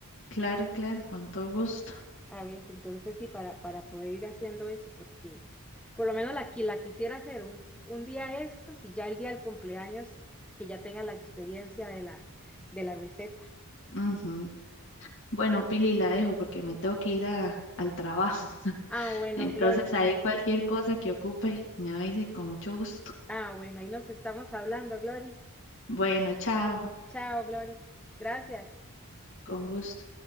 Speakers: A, on the left; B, in the centre.
A: Claro, claro, con todo gusto.
B: a veces. Entonces, sí, para, para poder ir haciendo eso, porque por lo menos la, qui- la quisiera hacer un, un día estos y ya el día del cumpleaños, que ya tenga la experiencia de la, de la receta.
A: Ujú. Bueno, Pili, la dejo porque me tengo que ir a- al trabajo. <laughs>
B: Ah, bueno,
A: Entonces,
B: Gloria.
A: ahí cualquier cosa que ocupe, me avise con mucho gusto.
B: Ah, bueno, ahí nos estamos hablando, Glory.
A: Bueno, chao,
B: Chao, Glory. Gracias.
A: con gusto.